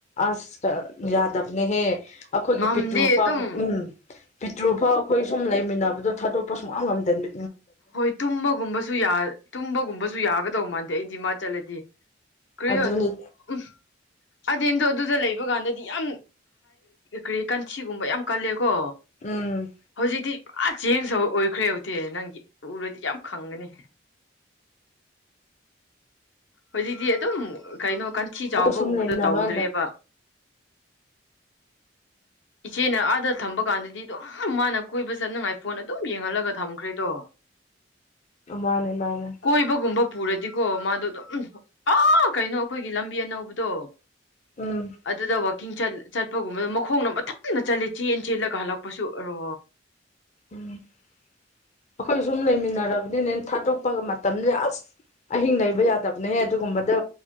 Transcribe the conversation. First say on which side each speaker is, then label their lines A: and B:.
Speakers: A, on the left; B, on the left.
A: ꯑꯁ ꯌꯥꯗꯕꯅꯦꯍꯦ ꯑꯩꯈꯣꯏꯒꯤ
B: ꯉꯝꯗꯦ
A: ꯄꯤꯇꯨ
B: ꯑꯗꯨꯝ
A: ꯎꯝ ꯄꯤꯇ꯭ꯔꯨꯐꯥꯎ ꯑꯩꯈꯣꯏ ꯁꯨꯝ ꯂꯩꯃꯤꯟꯅꯕꯗꯣ ꯊꯥꯗꯣꯛꯄ ꯁꯨꯡ ꯑ ꯉꯝꯗꯟꯕꯤ
B: ꯍꯣꯏ ꯇꯨꯝꯕꯒꯨꯝꯕꯁꯨ ꯌꯥ ꯇꯨꯝꯕꯒꯨꯝꯕꯁꯨ ꯌꯥꯒꯗꯧ ꯃꯥꯟꯗꯦ ꯑꯩꯗꯤ ꯃꯥ ꯆꯠꯂꯗꯤ ꯀ
A: ꯑꯗꯨꯅꯤ
B: ꯎ ꯑꯗꯦꯟꯗꯣ ꯑꯗꯨꯗ ꯂꯩꯕ ꯀꯥꯟꯗꯗꯤ ꯌꯥꯝ ꯀꯔꯤ ꯀꯟꯊꯤꯒꯨꯝꯕ ꯌꯥꯝ ꯀꯜꯂꯦ ꯀꯣ
A: ꯎꯝ
B: ꯍꯧꯖꯤꯛꯇꯤ ꯄꯨꯔ ꯆꯦꯡꯁ ꯑꯣꯏꯈ꯭ꯔꯦ ꯍꯧꯛꯇꯦ ꯅꯪꯒꯤ ꯎꯔꯗꯤ ꯌꯥꯝ ꯈꯪꯒꯅꯤ ꯍꯧꯣꯏꯖꯤꯗꯤ ꯑꯗꯨ ꯑꯗꯨꯝ ꯀꯩꯅꯣ ꯀꯟꯊꯤ
A: ꯑꯩꯈꯣꯏ
B: ꯆꯥꯎꯕꯒꯨꯝꯕꯗꯣ
A: ꯁꯨꯝ ꯂꯩꯃꯤꯟꯅꯕ
B: ꯇꯧꯗ꯭ꯔꯦꯕ ꯆꯦꯅ ꯑꯥꯗ ꯊꯝꯕ ꯀꯥꯟꯗꯗꯤ ꯑꯗꯨꯝ ꯃꯥꯅ ꯀꯣꯏꯕ ꯆꯠꯅꯉꯥꯏ ꯐꯣꯟ ꯑꯗꯨꯝ ꯌꯦꯡꯍꯜꯂꯒ ꯊꯝꯈ꯭ꯔꯦꯗꯣ
A: ꯃꯥꯅꯦ ꯃꯥꯅꯦ
B: ꯀꯣꯏꯕꯒꯨꯝꯕ ꯄꯨꯔꯗꯤꯀꯣ ꯃꯥꯗꯣ ꯑꯗꯨꯝ ꯑꯥ ꯀꯩꯅꯣ ꯑꯩꯈꯣꯏꯒꯤ ꯂꯝꯕꯤ ꯑꯅꯧꯕꯗꯣ
A: ꯎꯝ
B: ꯑꯗꯨꯗ ꯡꯠ ꯆꯠꯄꯒꯨꯝꯕꯗ ꯃꯈꯣꯡꯅ ꯃꯊꯟꯅ ꯆꯠꯂꯦ ꯆꯦꯟ ꯆꯦꯜꯂꯒ ꯍꯜꯂꯛꯄꯁꯨ ꯑꯔꯣ
A: ꯎꯝ ꯑꯩꯈꯣꯏ ꯁꯨꯝ ꯂꯩꯃꯤꯟꯅꯔꯕꯅꯤꯅꯦ ꯊꯥꯗꯣꯛꯄꯒ ꯃꯇꯝꯁꯦ ꯑꯁ ꯑꯍꯤꯡ ꯂꯩꯕ ꯌꯥꯗꯕꯅꯦꯍ ꯑꯗꯨꯒꯨꯝꯕꯗꯣ